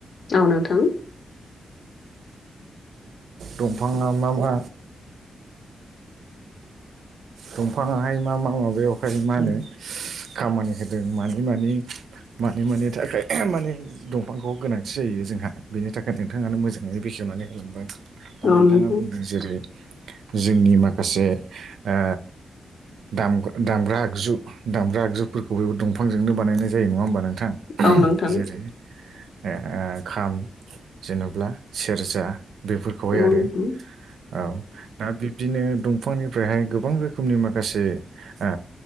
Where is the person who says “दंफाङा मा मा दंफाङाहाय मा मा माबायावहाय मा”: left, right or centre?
Right